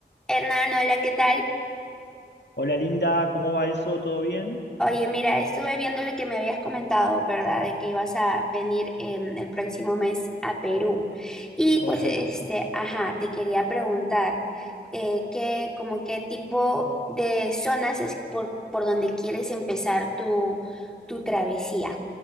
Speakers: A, in the centre; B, on the left.
A: Hernán, hola, ¿qué tal?
B: Hola Linda, ¿cómo va eso? ¿Todo bien?
A: Oye, mira, estuve viendo lo que me habías comentado, ¿verdad? De que ibas a venir em, el próximo mes a Perú. Y pues,
B: Correcto.
A: este, ajá, te quería preguntar, eh, ¿qué, como qué tipo de zonas es por, por donde quieres empezar tu, tu travesía?